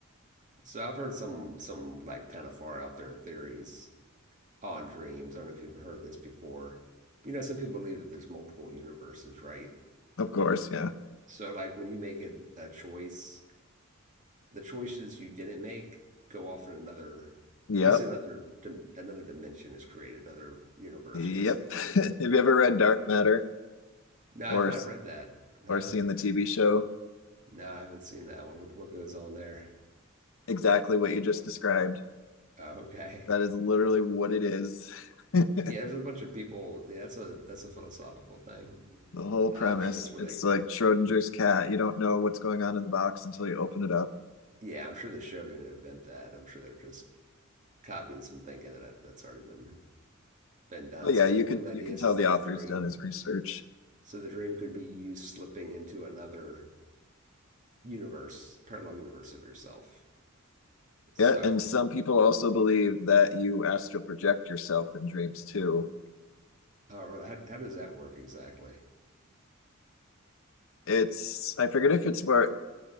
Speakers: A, on the right; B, on the left.
A: So I've heard some some like kind of far out there theories on dreams. I don't know if you've heard this before. You know, some people believe that there's multiple universes, right?
B: Of course, yeah.
A: So like when you make a, a choice, the choices you didn't make go off in another,
B: Yep.
A: basically another dim- another dimension is created, another universe
B: Yep.
A: basically.
B: <laughs> Have you ever read Dark Matter
A: No,
B: or
A: I've not
B: s-
A: read that. No,
B: or seen the TV show?
A: no, I haven't seen that one. What what goes on there?
B: Exactly what you just described.
A: Oh, okay.
B: That
A: <laughs>
B: is literally what it is. <laughs>
A: Yeah, there's a bunch of people. Yeah, that's a that's a philosophical thing.
B: The whole
A: Uh,
B: premise.
A: I'm sure that's where
B: It's
A: they
B: like Schrodinger's cat. You don't know what's going on in the box until you open it up.
A: Yeah, I'm sure the show didn't invent that. I'm sure they're just copying some thinking that that's already been been done.
B: But
A: So
B: yeah, you
A: one
B: can
A: of the ideas
B: you can tell
A: is that
B: the author's
A: the dream,
B: done his research.
A: so the dream could be you slipping into another universe, parallel universe of yourself. So,
B: Yeah, and some people also believe that you astral project yourself in dreams too.
A: oh, really, how, how does that work exactly?
B: It's I forget if it's where